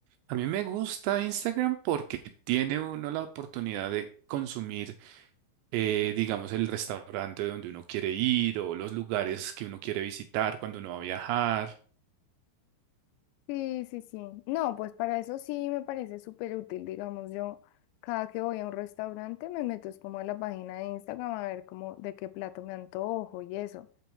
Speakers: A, on the right (about 80°); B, on the left (about 85°).
A: A mí me gusta Instagram porque tiene uno la oportunidad de consumir, eh, digamos, el restaurante donde uno quiere ir o los lugares que uno quiere visitar cuando uno va a viajar.
B: Sí, sí, sí. No, pues para eso sí me parece súper útil. Digamos, yo cada que voy a un restaurante me meto es como a la página de Instagram a ver como de qué plato me antojo y eso.